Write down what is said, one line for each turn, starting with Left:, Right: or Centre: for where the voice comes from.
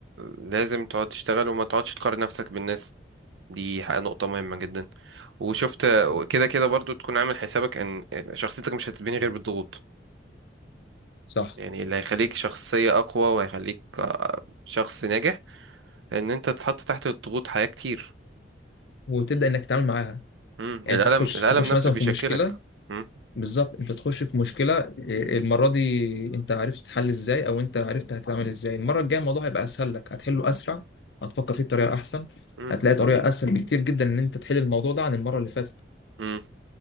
Right: لازم تقعد تشتغل وما تقعدش تقارن نفسك بالناس دي حق- نقطة مهمة جدا وشفت كده كده برضو تكون عامل حسابك ان شخصيتك مش هتتبني غير بالضغوط
Left: صح
Right: يعني اللي هيخليك شخصية اقوى وهيخليك آه، شخص ناجح ان انت تتحط تحت الضغوط حياة كتير
Left: وتبدأ انك تتعامل معاها
Right: مم.
Left: يعني
Right: الألم
Left: انت تخش
Right: الألم
Left: تخش
Right: نفسه
Left: مثلا
Right: بيشكلك
Left: في مشكلة
Right: مم.
Left: بالظبط انت تخش في مشكلة إيه، المرة دي انت عرفت تحل ازاي او انت عرفت هتتعامل ازاي المرة الجاية الموضوع هيبقى اسهل لك هتحله اسرع هتفكر فيه بطريقة احسن
Right: مم.
Left: هتلاقي طريقة اسهل بكتير جدا ان انت تحل الموضوع ده عن المرة اللي فاتت
Right: مم.